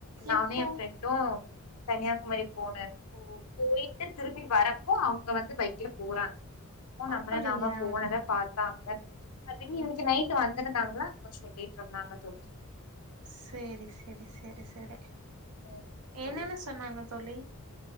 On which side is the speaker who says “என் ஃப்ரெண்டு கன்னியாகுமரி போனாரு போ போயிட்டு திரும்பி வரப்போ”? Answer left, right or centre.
Left